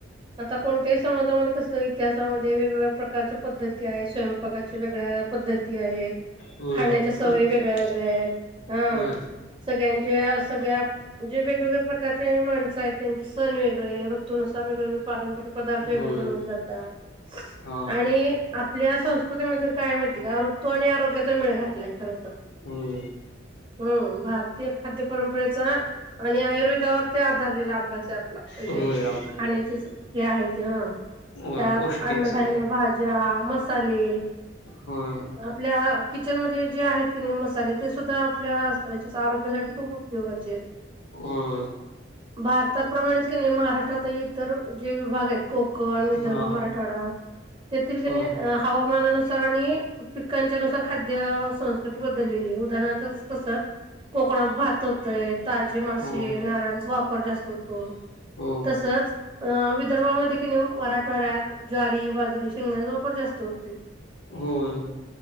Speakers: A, on the right; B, on the left.
A: आता कोणत्याही समाजामध्ये कसल्या इतिहामध्ये वेगवेगळ्या प्रकारच्या पद्धती आहे स्वयंपाकाच्या वेगळ्या पद्धती आहेत,
B: होय
A: खाण्याच्या सवयी
B: प्रत्येक
A: वेगळ्या वेगळ्या आहेत. हा
B: होय
A: सगळ्यांच्या सगळ्या जे वेगवेगळ्या प्रकारचे माणसं आहेत, त्यांचे सण वेगळे ऋतूननुसार वेगवेगळे पारंपरिक पदार्थ वेगळे
B: होय
A: बनवले जातात.
B: हा
A: आणि आपल्या संस्कृतीमध्ये काय माहिती का ऋतू आणि आरोग्याचा मेळ घातलाय. खर तर
B: होय
A: हम्म! भारतीय खाद्य परंपरेचा आणि आयुर्वेद त्याच्यावर ते आधारलेला अभ्यास आहे आपला म्हणजे
B: होय आपल्या
A: खाण्याचे
B: सगळं
A: हे आहेत. हा
B: होय
A: त्यात
B: पौष्टिक
A: अन्नधान्य,
B: सगळं
A: भाज्या, मसाले,
B: होय
A: आपल्या किचनमध्ये जे आहेत की नाही, मसाले ते सुद्धा आपल्या हच्या आरोग्यासाठी खूप उपयोगाचे आहेत.
B: होय.
A: भारताप्रमाणेच क नाही महाराष्ट्रात इतर जे विभाग आहेत कोक कोण, विदर्भ,
B: हा
A: मराठवाडा, त्यातील का
B: होय
A: नाही हवामानानुसार आणि पिकांच्या नुसार खाद्य संस्कृती बदललेली आहे. उदाहरणार्थ कस कोकणात भात होतय, ताजे मासे,
B: हो
A: नारळाचा वापर जास्त होत. हो,
B: हो
A: तसच अ विदर्भामध्ये कनइ मराठवाड्यात ज्वारी, बाजरी, शेंगचा, वापर जास्त होते.
B: होय.